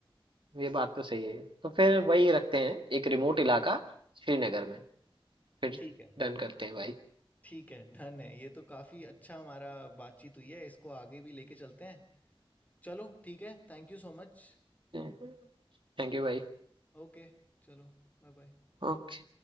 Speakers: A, on the right (about 60°); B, on the left (about 15°).
A: ये बात तो सही है तो फिर वही रखते हैं एक रिमोट इलाका श्रीनगर में फिर
B: ठीक है,
A: डन करते हैं भाई
B: ठीक है, डन है। ये तो काफ़ी अच्छा हमारा बातचीत हुई है, इसको आगे भी लेके चलते हैं। चलो ठीक है, thank you so much.
A: थैंक यू भाई
B: Okay, चलो बाय-बाय।
A: ओके